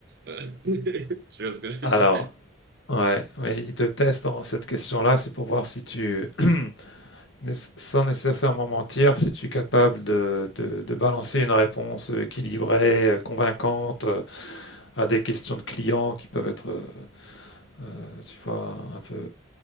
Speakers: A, on the right (about 55°); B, on the left (about 75°).
A: Euh, <laughs> tu vois ce que je veux
B: Alors,
A: dire?
B: ouais, ouais, il te teste dans cette question-là, c'est pour voir si tu, <clears throat> né- sans nécessairement mentir, si tu es capable de, de- de balancer une réponse équilibrée, euh, convaincante euh, à des questions de clients qui peuvent être, euh, tu vois, un peu